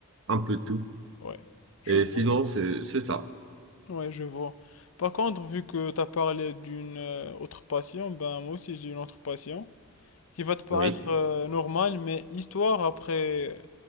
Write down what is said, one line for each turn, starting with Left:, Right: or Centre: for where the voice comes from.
Right: un peu tout.
Left: ouais. Je
Right: Et
Left: vois.
Right: sinon, c'est, c'est ça.
Left: Ouais, je vois. Par contre, vu que tu as parlé d'une euh, autre passion, ben moi aussi j'ai une autre passion qui va te paraître
Right: Oui.
Left: euh, normale, mais l'histoire après